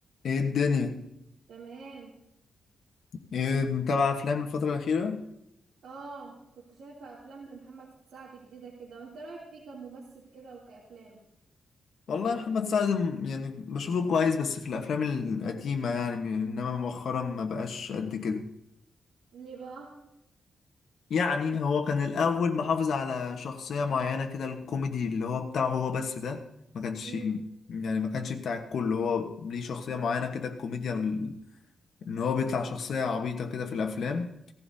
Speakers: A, on the left; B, on the right.
A: ايه الدنيا
B: تمام
A: ايه متابع افلام الفترة الأخيرة
B: اه كنت شايفة افلام لمحمد سعد جديدة كده وانت رأيك فيه كممثل كده وكأفلام
A: والله محمد سعد م- يعني بشوفه كويس بس في الافلام القديمة يعني انما مؤخرا ما بقاش قد كده
B: ليه بقى
A: يعني هو كان الاول محافظ على شخصية معينة كده الكوميدي اللي هو بتاعه هو بس ده ما كانش
B: امم
A: يعني ما كانش بتاع الكل هو ليه شخصية معينة كده الكوميديا ال- ان هو بيطلع شخصية عبيطة كده في الافلام